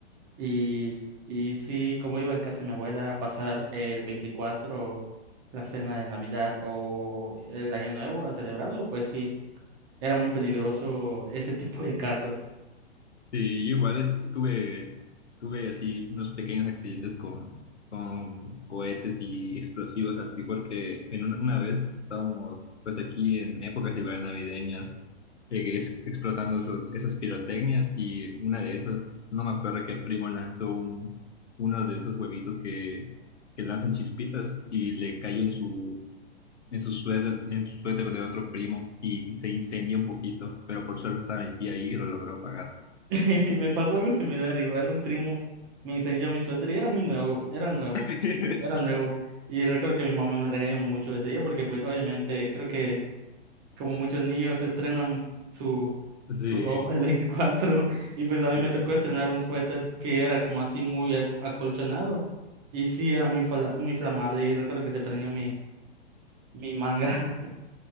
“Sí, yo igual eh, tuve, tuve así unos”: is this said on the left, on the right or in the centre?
Left